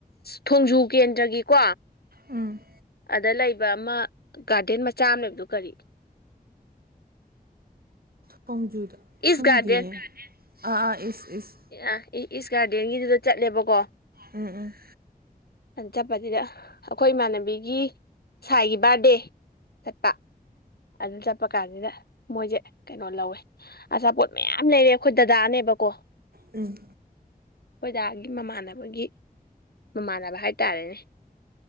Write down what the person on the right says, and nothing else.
ꯎꯝ
ꯊꯣꯡꯖꯨꯗ
ꯈꯪꯗꯌꯦ
ꯑꯥ ꯑꯥ ꯏꯁ ꯏꯁ
ꯎꯝ ꯎꯝ
ꯎꯝ